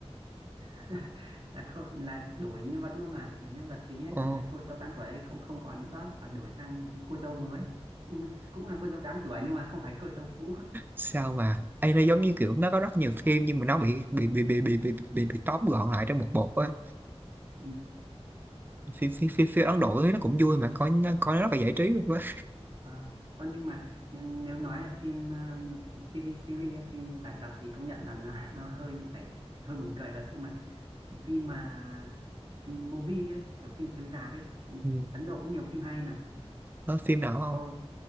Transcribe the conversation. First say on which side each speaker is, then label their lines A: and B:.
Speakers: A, on the right (about 55°); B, on the right (about 20°).
A: <laughs> là không, là đổi nhân vật luôn mà đổi nhân vật chính ấy
B: ồ
A: nghĩa là cô dâu tám tuổi ấy không không còn nữa và đổi sang cô dâu mới Ừ, cũng là cô dâu tám tuổi nhưng mà không phải cô dâu cũ
B: sao mà ấy nó giống như kiểu nó có rất nhiều phim nhưng mà nó bị bị bị bị bị bị bị, bị tóm gọn lại trong một bột á
A: Ừ,
B: phim phim phim, phim
A: nếu
B: Ấn Độ ấy, nó cũng vui mà coi nó coi nó rất là giải trí luôn á
A: à, ờ, nhưng mà nhưng nếu nói là phim ờ, TV series á, phim giải tập thì công nhận là nó, nó hơi giải hơi buồn cười thật nhưng mà phim mà phim movie ấy kiểu phim chiếu rạp ấy Ừ,
B: ừ.
A: Ấn Độ cũng nhiều phim hay mà
B: Có phim nào không
A: có